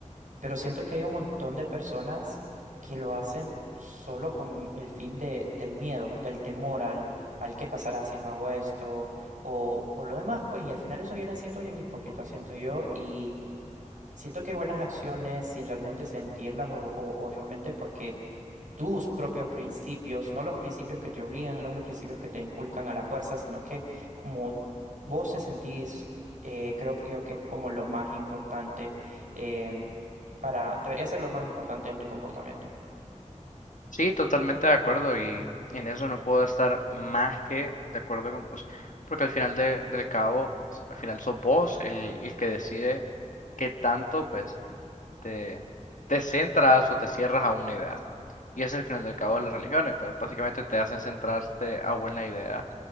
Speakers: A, on the right; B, on the left.
A: pero siento que hay un montón de personas que lo hacen solo con el fin de, del miedo, del temor al, al qué pasará si no hago esto o, o lo demás, pues, y al final eso viene siendo bien hipócrita, siento yo, y siento que hay buenas acciones sin realmente sentirlas o, o, o realmente porque tus propios principios, no los principios que te obligan, no los principios que te inculcan a la fuerza, sino que como vos te sentís, eh, creo que yo que es como lo más importante eh, para, debería ser lo más importante en tu comportamiento.
B: Sí, totalmente de acuerdo y en eso no puedo estar más que de acuerdo con vos. Porque al final de- del cabo, al final sos vos el, el que decide qué tanto, pues te, te centras o te cierras a una idea. Y ese es el final del cabo de las religiones, pero básicamente te hacen centrarte a una idea